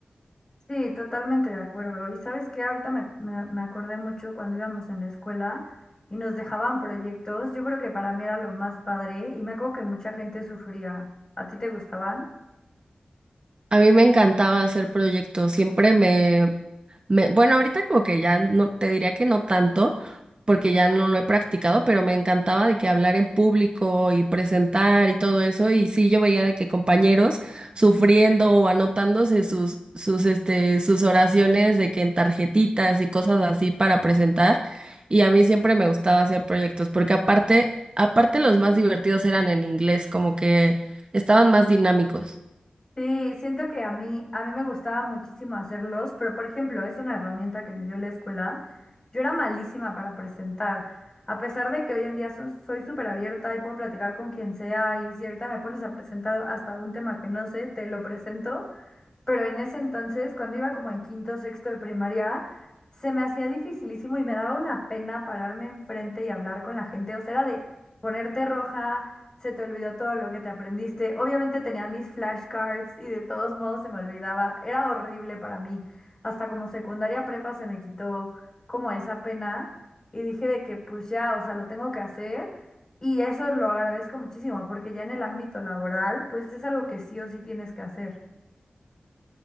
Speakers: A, on the left; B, on the right.
A: Sí, totalmente de acuerdo. Y sabes que ahorita me, me, me acordé mucho cuando íbamos en la escuela y nos dejaban proyectos. Yo creo que para mí era lo más padre y me acuerdo que mucha gente sufría. ¿A ti te gustaban?
B: A mí me encantaba hacer proyectos, siempre me Me, bueno, ahorita como que ya no, te diría que no tanto, porque ya no lo he practicado, pero me encantaba de que hablar en público y presentar y todo eso. Y sí, yo veía de que compañeros sufriendo o anotándose sus, sus, este, sus oraciones de que en tarjetitas y cosas así para presentar. Y a mí siempre me gustaba hacer proyectos, porque aparte, aparte los más divertidos eran en inglés, como que estaban más dinámicos.
A: Sí, siento que a mí, a mí me gustaba muchísimo hacerlos, pero por ejemplo, es una herramienta que me dio la escuela. Yo era malísima para presentar. A pesar de que hoy en día so- soy súper abierta y puedo platicar con quien sea y si ahorita me pones a presentar hasta un tema que no sé, te lo presento, pero en ese entonces, cuando iba como en quinto, sexto de primaria, se me hacía dificilísimo y me daba una pena pararme enfrente y hablar con la gente. O sea, era de ponerte roja, se te olvidó todo lo que te aprendiste. Obviamente tenía mis flashcards y de todos modos se me olvidaba. Era horrible para mí. Hasta como secundaria prepa se me quitó como esa pena y dije de que pues ya, o sea, lo tengo que hacer. Y eso lo agradezco muchísimo porque ya en el ámbito laboral, pues es algo que sí o sí tienes que hacer.